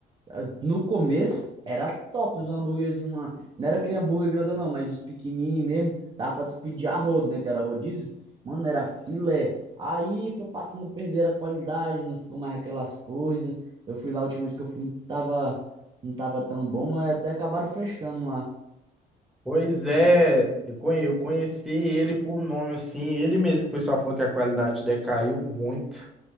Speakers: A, on the right; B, in the centre.
A: Ah, No começo era top os hambúrguerzinhos lá. Não era aquele hambúrguer grandão, não, mas os pequenininhos mesmo. Dava pra tu pedir a rodo, né? Que era rodízio. Mano, era filé. Aí foi passando a perder a qualidade, não ficou mais aquelas coisas. Eu fui lá a última vez que eu fui, tava, não tava tão bom, aí até acabaram fechando lá.
B: Pois é,
A: Não sei se
B: eu conhe- eu conheci ele por nome, assim, ele mesmo que o pessoal falou que a qualidade decaiu muito.